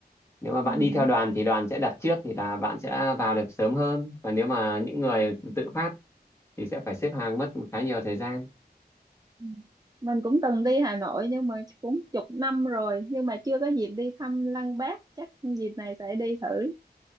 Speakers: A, on the left; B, on the right.
A: nếu mà bạn
B: ừ.
A: đi theo đoàn thì đoàn sẽ đặt trước thì là bạn sẽ vào được sớm hơn và nếu mà những người
B: Ừ.
A: tự phát thì sẽ phải xếp hàng mất khá nhiều thời gian
B: ừ. Mình cũng từng đi Hà Nội nhưng mà chắc cũng chục năm rồi nhưng mà chưa có dịp đi thăm Lăng Bác chắc dịp này sẽ đi thử